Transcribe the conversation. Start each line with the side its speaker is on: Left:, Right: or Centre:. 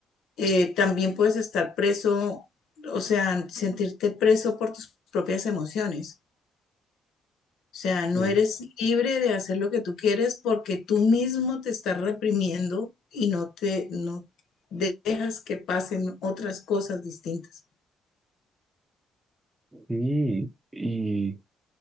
Left: eh, también puedes estar preso, o sea, sentirte preso por tus propias emociones. O sea, no
Right: Sí.
Left: eres libre de hacer lo que tú quieres porque tú mismo te estás reprimiendo y no te no dejas que pasen otras cosas distintas.
Right: Sí, Y,